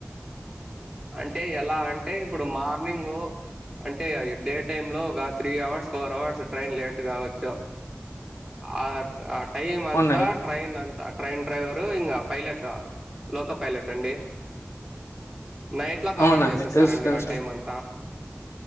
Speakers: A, in the centre; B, on the left.
A: అంటే ఎలా అంటే ఇప్పుడు మార్నింగ్ అంటే డే టైంలో ఒక three hours four hours train late కావచ్చు ఆ ఆ టైం అంతా
B: అవునండి.
A: ట్రైన్ అంతా ట్రైన్ డ్రైవరు ఇంకా పైలట్ లోకో పైలట్ అండి నైట్లో కవర్
B: అవునండి.
A: చేసేస్తారండి
B: తెలుసు తెలుసండి.
A: ఆ టైం అంతా